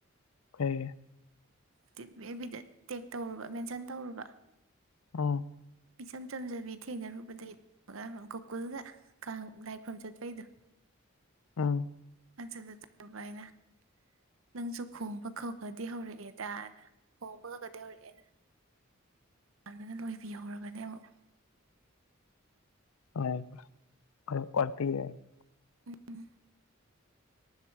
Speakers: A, on the left; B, on the right.
A: <unintelligible>
B: ꯇꯤꯞ ꯑꯦꯕ ꯕꯤꯗ ꯇꯦꯛ ꯇꯧꯔꯨꯕ ꯃꯦꯟꯁꯟ ꯇꯧꯔꯨꯕ
A: ꯑꯣ
B: ꯏꯆꯝ ꯆꯝꯖꯕꯤ ꯊꯦꯡꯅꯔꯨꯕꯗꯒꯤ ꯇꯧꯒ ꯒꯣꯀꯨꯜꯒ ꯀꯥꯡ ꯂꯥꯏꯈ꯭ꯔꯨꯝꯝ ꯆꯠꯄꯩꯗꯣ
A: ꯎꯝ
B: <unintelligible> ꯅꯪꯁꯨ ꯈꯣꯡꯕ ꯈꯈꯗꯤ ꯍꯧꯔꯛꯑꯦꯗꯅ ꯍꯣꯡꯕ ꯈꯈꯗꯤ ꯍꯧꯔꯛꯑꯦꯅ ꯗꯅ ꯂꯣꯏꯕꯤꯍꯧꯔꯕꯅꯦ ꯑꯃꯨꯛ
A: <unintelligible>
B: ꯎꯝ